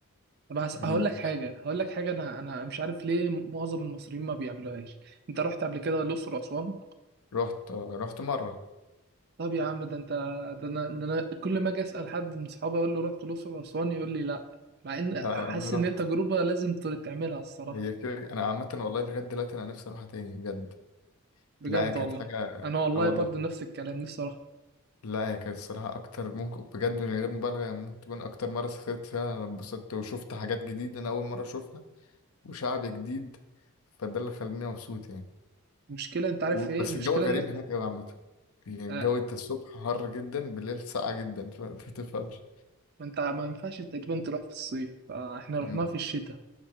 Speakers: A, on the right; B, on the left.
A: طب هس-
B: جامدة
A: هقول لك
B: بس
A: حاجه هقول لك حاجه انا انا مش عارف ليه معظم المصريين ما بيعملوهاش انت رحت قبل كده الاقصر واسوان
B: رحت رحت مرة
A: طب يا عم ده انت ده انا ده انا كل ما اجي اسال حد من صحابي اقول له رحت الاقصر واسوان يقول لي لا مع ان
B: لا
A: حاسس
B: لا ما رحت
A: ان هي تجربه لازم ت- تعملها الصراحه
B: هي كده انا عامة والله لغاية دلوقتي انا نفسي اروحها تاني بجد
A: بجد
B: لا هي كانت
A: والله
B: حاجة
A: انا والله
B: اه والله
A: برضو نفس الكلام نفسي اروح
B: لا هي كانت الصراحة أكتر ممكن بجد من غير مبالغة يعني ممكن تكون أكتر مرة سافرت فيها أنا اتبسطت وشفت حاجات جديدة أنا أول مرة أشوفها وشعب جديد فده اللي خلاني مبسوط يعني
A: المشكله انت عارف
B: و-
A: ايه
B: بس
A: المشكله
B: الجو غريب
A: ان إحنا-
B: هناك أوي عامة يعني الجو
A: آه،
B: أنت الصبح حر جدا بالليل ساقع جدا فأنت متفهمش
A: ما انت ما ينفعش تقريبا تروح في الصيف فاحنا رحناها
B: أمم،
A: في الشتاء